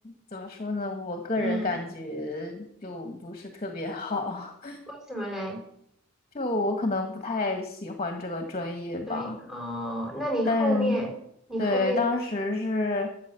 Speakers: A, on the left; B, in the centre.
A: 怎么说呢？我个人感觉就不是特别好，
B: 嗯，为什么嘞？
A: <laughs> 就我可能不太喜欢这个专业吧。
B: 对，哦，那你后面你后面
A: 但对，当时是